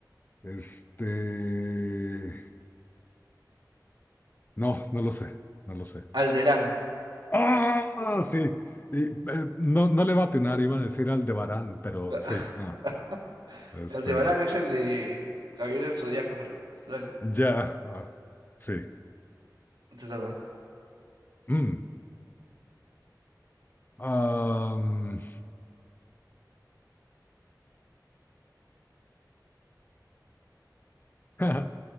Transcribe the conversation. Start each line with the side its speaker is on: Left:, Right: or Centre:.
Left: Este, no, no lo sé, no lo sé.
Right: Alderaan.
Left: Ah, sí. Y, eh, no, no le va a atinar, iba a decir Aldebarán, pero
Right: <laughs>
Left: sí, no. Este,
Right: Aldebarán es el de Gabriel del Zodíaco, creo. Dale,
Left: ya, ah, sí.
Right: te toca.
Left: Mm. Am, <laughs> eh,